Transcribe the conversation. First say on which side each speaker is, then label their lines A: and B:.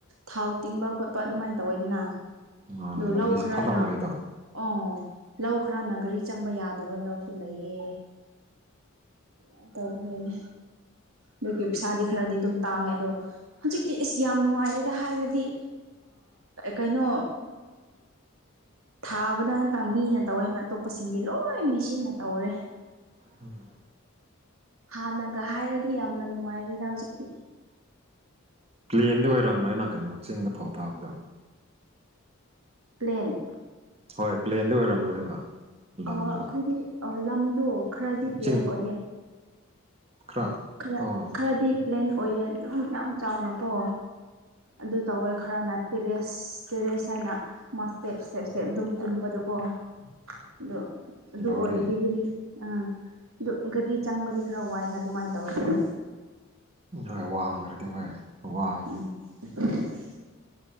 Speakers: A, on the right (about 80°); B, on the right (about 30°).
A: ꯊꯥꯎ ꯇꯤꯡꯕ ꯈꯣꯠꯄ ꯑꯗꯨꯃꯥꯏꯅ ꯇꯧꯋꯦꯗꯅ
B: ꯃꯥꯅꯦ
A: ꯑꯣ
B: ꯂꯝꯕꯤꯁꯦ
A: ꯂꯧ ꯈꯔꯅ
B: ꯐꯠꯂꯝꯔꯣꯏꯗꯣ
A: ꯑꯣ ꯂꯧ ꯈꯔꯅꯒꯥꯔꯤ ꯆꯪꯕ ꯌꯥꯗꯕ ꯂꯧ ꯁꯨ ꯂꯩꯌꯦ ꯑꯗꯨꯃꯥꯏꯅ ꯇꯧꯧꯕꯒꯤꯅꯦ ꯑꯗꯨꯒꯤ ꯄꯩꯁꯥꯗꯤ ꯈꯔꯗꯤ ꯑꯗꯨꯝ ꯇꯥꯡꯉꯦ ꯑꯗꯣ ꯍꯧꯖꯤꯛꯇꯤ ꯑꯁ ꯌꯥꯝ ꯅꯨꯡꯉꯥꯏꯔꯦꯗ ꯍꯥꯏꯔꯗꯤ ꯀꯩꯅꯣ
B: <unintelligible>
A: ꯊꯥꯕꯗ ꯉꯇꯪ ꯃꯤꯅ ꯇꯧꯋꯦ ꯍꯥꯏꯅ ꯑꯇꯣꯞꯄꯁꯤꯡꯗꯤ ꯂꯣꯏ ꯃꯩꯁꯤꯟꯅ ꯇꯧꯔꯦ
B: ꯎꯝ <inaudible> <unintelligible>
A: ꯍꯥꯟꯅꯒ ꯍꯥꯏꯔꯗꯤ ꯌꯥꯝꯅ ꯅꯨꯡꯉꯥꯏꯔꯦꯗ ꯍꯧꯖꯤꯛꯇꯤ
B: ꯄ꯭ꯂꯦꯟꯗꯤ ꯑꯣꯏꯔꯝ꯭ꯔꯅ ꯀꯩꯅꯣ ꯆꯤꯡꯗ ꯐꯧ ꯊꯥꯛꯕꯗꯣ
A: ꯄ꯭ꯂꯦꯟ
B: ꯍꯣꯏ ꯄ꯭ꯂꯦꯟꯗꯤ ꯑꯣꯏꯔꯝꯔꯣꯏꯕ ꯂꯝꯗꯣ
A: ꯑꯩꯈꯣꯏꯒꯤ ꯂꯝꯗꯣ ꯈꯔꯗꯤ ꯄ꯭ꯂꯦꯟ
B: ꯆꯤꯡ
A: ꯑꯣꯏꯌꯦ
B: ꯈꯔ
A: ꯈꯔ
B: ꯑꯣ
A: ꯈꯔꯗꯤ ꯄ꯭ꯂꯦꯟ ꯑꯣꯏꯔꯦ ꯑꯗꯨꯝ ꯌꯥꯝ ꯆꯥꯎꯅꯀꯣ ꯑꯗꯨ ꯇꯧꯋꯦ ꯈꯔ ꯅꯠꯇꯦꯔꯦ ꯑꯁ ꯇꯦꯔꯦꯁ ꯍꯥꯏꯅ ꯃꯥ ꯏꯁꯇꯦꯞ ꯏꯁꯇꯦꯞ ꯏꯁꯇꯦꯞ ꯑꯗꯨꯝ ꯀꯨꯝꯕꯗꯀꯣ ꯑꯗꯣ ꯑꯗꯨ
B: ꯂꯧꯔꯤ
A: ꯑꯣꯏꯔꯦ ꯗꯤꯒ꯭ꯔꯤ ꯎꯥ ꯑꯗꯨ ꯒꯥꯔꯤ ꯆꯪꯕꯗꯤ ꯈꯔ ꯋꯥꯏꯅ ꯑꯗꯨꯃꯥꯏꯅ ꯇꯧꯔꯦ ꯑꯗꯨ
B: ꯍꯣꯏ ꯋꯥꯡꯈ꯭ꯔꯗꯤ ꯍꯣꯏ ꯋꯥꯕꯅꯦ
A: ꯎꯝ <unintelligible>